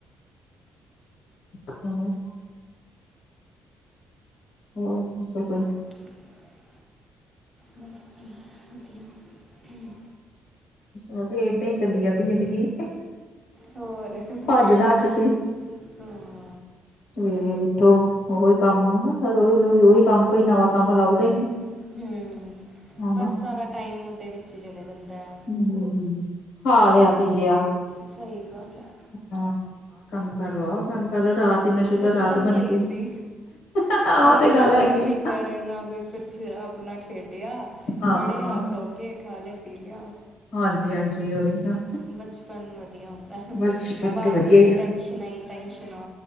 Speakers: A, on the left (about 80°); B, on the right (about 20°).
A: <inaudible> ਹੋਰ ਦੱਸੋ ਕੋਈ?
B: <unintelligible> ਬਸ ਜੀ, ਵਦੀਆਂ। ਹੂੰ
A: ਰੋ ਕੇ ਏਦਾਂ ਈ ਚਲੀ ਜਾਂਦੀ ਜ਼ਿੰਦਗੀ।
B: ਹੋਰ, <unintelligible>
A: ਭੱਜ ਨੱਠ ਸੀ ਸਵੇਰੇ ਉਠੋ, ਓਹੋ ਈ ਕੰਮ। ਰੋਜ਼, ਰੋਜ਼ ਓਹੀ
B: ਸਹੀ
A: ਕੰਮ, ਕੋਈ
B: ਗੱਲ
A: ਨਵਾਂ ਕੰਮ
B: ਹੈ।
A: ਲੱਭਦਾ ਈ ਨੀ।
B: ਹੂੰ,
A: ਹਨਾ
B: ਬਸ ਸਾਰਾ ਟਾਈਮ ਉਹਦੇ ਵਿੱਚ ਹੀ ਚਲੇ ਜਾਂਦੈ।
A: ਹੂੰ, ਖਾ ਲਿਆ, ਪੀ ਲਿਆ।
B: ਸਹੀ ਗੱਲ ਐ।
A: ਹਾਂ, ਕੰਮ ਕਰਵਾਓ, ਕੰਮ ਕਰਲੋ ਰਾਤ ਇੰਨਾ ਸ਼ੁਕਰ
B: ਬਚਪਨ
A: ਰਾਤ ਬਣੀ
B: ਸਈ
A: ਪਈ
B: ਸੀ।
A: ਉਹ
B: ਹੈਨਾ,
A: ਤੇ
B: ਨਾ
A: ਗੱਲ ਹੈਗੀ
B: ਕੋਈ ਫਿਕਰ,
A: ਆ
B: ਨਾ ਕੋਈ ਕੁਛ। ਆਪਣਾ ਖੇਡਿਆ
A: ਹਾਂ
B: ਪੜ੍ਹਿਆ, ਸੌਗੇ, ਖਾ ਲੇ, ਪੀ ਲਿਆ।
A: ਹਾਂਜੀ, ਹਾਂਜੀ। ਉਹੀ ਨਾ
B: ਬਸ ਬਚਪਨ ਵਧੀਆ ਹੁੰਦੈ,
A: ਬਚਪਨ
B: ਬਾਦ
A: ਵਧੀਆ
B: ਨੂੰ ਤੇ ਟੈਂਸ਼ਨਾ ਈ ਟੈਂਸ਼ਨਾ।